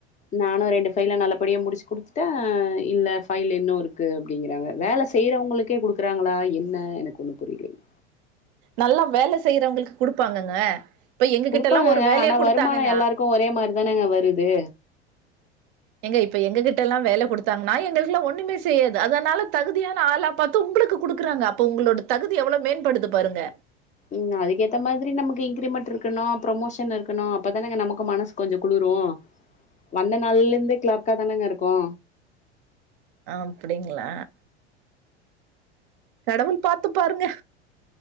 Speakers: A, on the left; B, on the right.
A: நானு ரெண்டு ஃபைல நல்ல படியா முடிச்சு குடுத்துட்ட இல்ல ஃபைலு இன்னு இருக்கு அப்டிங்கிறாங்க வேல செய்றவங்களுக்கே குடுக்குறாங்களா என்ன எனக் ஒண்ணு புரிலைங்
B: நல்லா வேல செய்றவங்களுக்கு குடுப்பாங்கங்க இப்ப எங்க
A: குடுப்பாங்கங்க
B: கிட்ட எல்லாம் ஒரு வேலைய
A: ஆனா
B: குடுத்தாங்கன்னா
A: வருமானொ எல்லாருக்கு ஒரே மாரிதானங்க வருது
B: ஏங்க இப்ப எங்ககிட்டல்லா வேல குடுத்தாங்னா எங்களுக்லா ஒண்ணுமே செய்யாது அதனால தகுதியான ஆளா பாத்து உங்குளுக்கு குடுக்குறாங்க அப்ப உங்களோட தகுதி எவ்வளோ மேன்படுது பாருங்க
A: ம் அதுக்கேத்த மாதிரி நமக்கு இன்க்ரிமெண்ட் இருக்கணு ப்ரமோஷன் இருக்கணு அப்பதானங்க நமக்கு மனசு கொஞ்சொ குளூ ரு வந்த நாள்லேந்தே க்ளர்க்கா தானங்க இருக்கோ
B: அப்டிங்ளா கடவுள் பாத்துப்பாருங்க